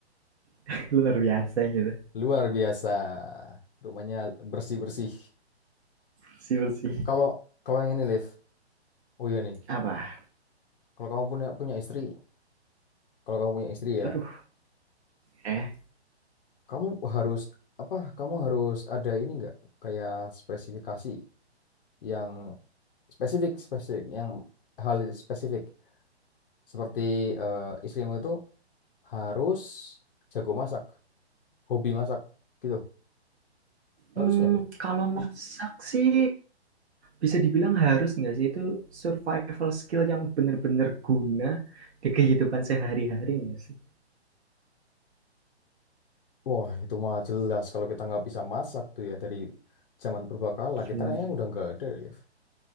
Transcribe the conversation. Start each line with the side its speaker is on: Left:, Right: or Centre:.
Right: <laughs> luar biasa gitu,
Left: Luar biasa. Rumahnya bersih-bersih.
Right: bersih bersih.
Left: Kalau kalau yang ini Liv. Oh iya nih.
Right: Apa?
Left: Kalau kamu punya punya istri, kalau kamu punya istri ya,
Right: Aduh, eh,
Left: kamu harus apa? Kamu harus ada ini nggak? kayak spesifikasi yang spesifik spesifik yang hal spesifik seperti eh, istrimu itu harus jago masak, hobi masak gitu Harus
Right: mmm,
Left: nggak tuh?
Right: kalau masak sih Bisa dibilang harus nggak sih itu survival skill yang benar-benar guna di kehidupan sehari-hari nggak sih?
Left: Wah, itu mah jelas kalau kita nggak bisa masak tuh ya dari zaman purbakala kita
Right: Gimana?
Left: kayaknya
Right: <laughs>
Left: udah nggak ada, Liv.